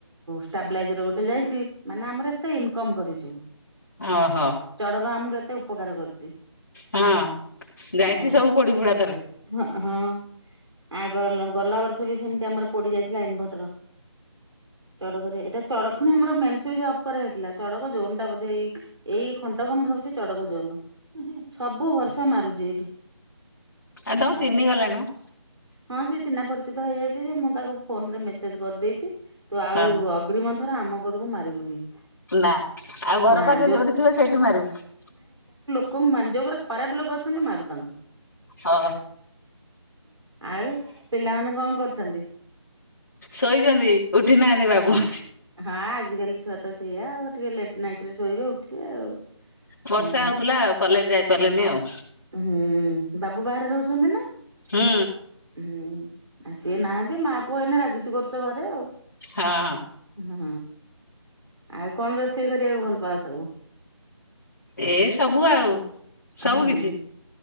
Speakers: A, on the right (about 70°); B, on the left (about 40°).
A: ଷ୍ଟେବଲାଇଜର ଗୋଟେ ଯାଇଚି ମାନେ ଆମର ଏତେ ଇନକମ କରିଚୁ।
B: ଓହୋ
A: ଚଡ଼କ ଆମକୁ ଏତେ ଉପକାର କରୁଚି।
B: ହଁ ଯାଇଛି
A: ହଁ
B: ସବୁ ପୋଡି ପୋଡା ତାହେଲେ।
A: ହଁ ହଁ । ଆ ଗ ଗଲା ବର୍ଷ ବି ସେମତି ଆମର ପୋଡି ଯାଇଥିଲା ଇନଭଟର। ଚଡ଼କରେ ଏଇଟା ଚଡ଼ ପୁଣି ଆମର ମେନ୍ ସୁଇଚ ଅଫ କରା ହେଇଥିଲା ଚଢକ ଜୋନ୍ ଟା ବୋଧେ ଏଇ ଏଇ ଖଣ୍ଡକ ମୁଁ ଭାବୁଚି ଚଡକ ଯୋନ ସବୁ ବର୍ଷ ମାରୁଚି ଏଇଠି। ହଁ।
B: ଆଉ ତମ ଚିହ୍ନି ଗଲାଣି ମ।
A: ହଁ ସେ ଚିହ୍ନା ପରିଚିତ ହେଇଯାଇଚି ଯେ ମୁଁ ତାକୁ ଫୋନରେ ମେସେଜ କରିଦେଇଚି ତୁ ଆଉ
B: ହଁ।
A: ଅଗ୍ରି ମଂଥ ରେ ଆମ ଘର ମାରିବୁନି।
B: ନା ଆଉ ଘର
A: ନା
B: ପାଖେ
A: ଯୋଉ
B: ଯୋଉଠି ଥିବ ସେଇଠି ମାରିବୁ।
A: ମାନ ଯୋଉଁ ମାନେ ଖରାପ ଲୋକ ଅଛନ୍ତି ମାରୁ ତାଙ୍କୁ।
B: ଓ।
A: ଆଉ ପିଲାମାନେ କଣ କରୁଛନ୍ତି।
B: ଶୋଇଛନ୍ତି ଉଠି ନାହାନ୍ତି ବାବୁ।
A: ହଁ ଆଜିକାଲି ଛୁଆ ତ ସେଇଆ ଆଉ ଟିକେ ଲେଟ୍ ନାଇଟ ରେ ଶୋଇବେ ଉଠିବେ ଆଉ।
B: ବର୍ଷା
A: ହଁ
B: ହଉଥିଲା ଆଉ କଲେଜ ଯାଇ ପାରିଲେନି ଆଉ।
A: ହୁଁ ବାବୁ ବାହାରେ ରହୁଛନ୍ତି ନା?
B: ହୁଁ।
A: ହୁଁ ଆଉ ସିଏ ନାହାନ୍ତି ମା ପୁଅ ଏଇନେ ରାଜୁତି କରୁଛ ଘରେ ଆଉ।
B: ହଁ। ହଁ
A: ହୁଁ ଆଉ କଣ ରୋଷେଇ କରି କୁ ଭଲ ପାଓ ସବୁ।
B: ଏ ସବୁ ଆଉ।
A: ହୁଁ
B: ସବୁ କିଛି